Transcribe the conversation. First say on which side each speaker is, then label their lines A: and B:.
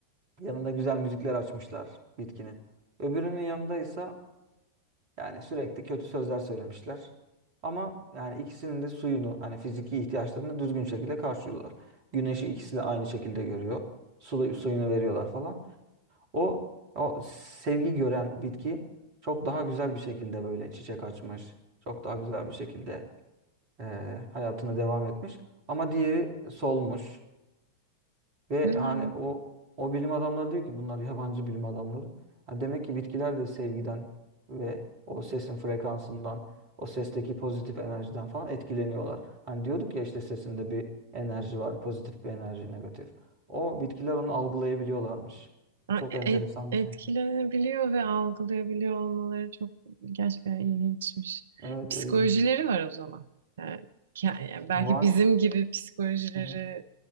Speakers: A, on the right; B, on the right.
A: yanında güzel müzikler açmışlar bitkinin. Öbürünün yanında ise Yani sürekli kötü sözler söylemişler. Ama yani ikisinin de suyunu hani fiziki ihtiyaçlarını düzgün şekilde karşılıyorlar. Güneşi ikisi de aynı şekilde görüyor. Su, suyunu veriyorlar falan. O o sevgi gören bitki çok daha güzel bir şekilde böyle çiçek açmış. Çok daha güzel bir şekilde eee, hayatına devam etmiş. Ama diğeri solmuş. Ve
B: Yani
A: hani o o bilim adamları diyor ki bunlar yabancı bilim adamları. Ha demek ki bitkiler de sevgiden ve o sesin frekansından, o sesteki pozitif enerjiden falan etkileniyorlar. Hani diyorduk ya işte sesinde bir enerji var, pozitif bir enerji, negatif. O bitkiler onu algılayabiliyorlarmış.
B: Ha,
A: Çok
B: et-
A: enteresan
B: etkilenebiliyor
A: bir şey.
B: ve algılayabiliyor olmaları çok gerçekten ilginçmiş.
A: Evet,
B: Psikolojileri
A: ilginç.
B: var o zaman. Yani, ke- yani
A: Var.
B: belki bizim gibi psikolojileri
A: Hı hı.